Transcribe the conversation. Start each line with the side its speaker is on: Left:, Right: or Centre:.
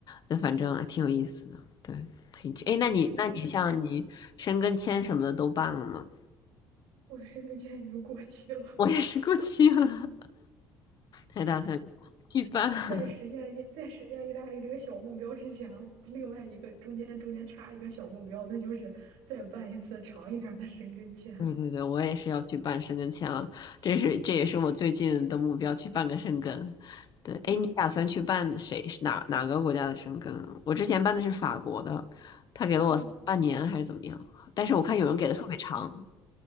Left: 那反正还挺有意思的，对。可以去。哎，那你那你像你申根签什么的都办了吗？
Right: 哦，哦，这样，我的申根签已经过期了。
Left: 我也是过期了，还打算去办。<laughs>
Right: 在实现在实现意大利这个小目标之前，另外一个中间中间插一个小目标，那就是再办一次长一点儿的申根签。
Left: 对对对，我也是要去办申根签了，这是这也是我最近的目标，去办个申根。对，哎，
Right: 嗯，
Left: 你打算去办谁哪哪个国家的申根啊？我之前办的是法国的，他给了我半年还是怎么样？
Right: 嗯
Left: 但是我看有人给的特别长，
Right: 哦，半年。